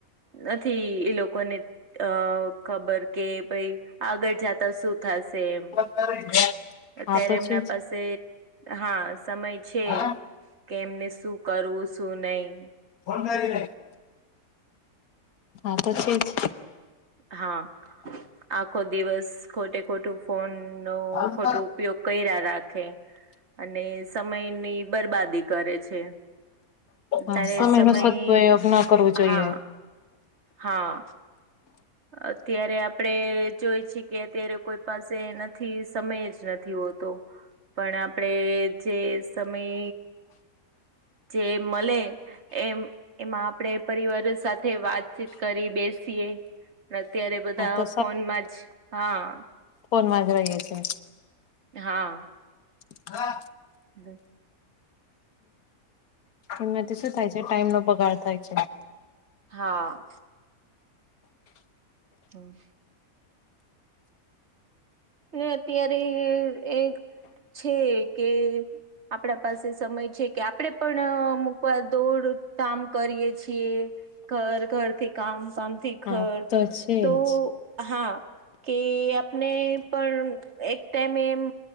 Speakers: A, on the right (about 50°); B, on the left (about 80°).
A: નથી ઈ લોકોને અ ખબર કે ભઈ આગળ જાતા શું થાશે એમ?
B: <inaudible> <unintelligible>
A: અત્યારે
B: તો
A: એમના
B: છે જ.
A: પાસે હા સમય છે.
B: હા
A: કે એમને શું કરવું? શું નહી?
B: <unintelligible> <inaudible> આતો છે જ
A: હા આખો દિવસ ખોટે ખોટું ફોનનો
B: હા
A: ખોટું ઉપયોગ કયરા રાખે અને સમયની બરબાદી કરે છે.
B: હા
A: ત્યારે
B: સમયનો
A: સમય
B: સદપયોગ ના કરવું જોઈએ.
A: હા હા અત્યારે આપડે જોઈ છી કે અત્યારે કોઈ પાસે નથી સમય જ નથી હોતો. પણ આપડે જે સમય જે મલે એમ એમાં આપડે પરિવારો સાથે વાતચીત કરી, બેસીએ પણ અત્યારે બધા
B: હા તો
A: ફોનમાં જ હા.
B: ફોનમા જ રહીએ છીએ.
A: હા
B: <unintelligible>
A: હલો
B: એમનાથી શું થાય છે? ટાઈમનો બગાડ થાય છે.
A: હા હમ્મ ને અત્યારે એક છે કે આપણા પાસે સમય છે કે આપડે પણ અમૂકવાર દોડધામ કરીએ છીએ ઘર ઘરથી કામ કામથી ઘર
B: હા તો છે
A: તો
B: જ
A: હા કે આપને પણ એક ટાઈમે એમ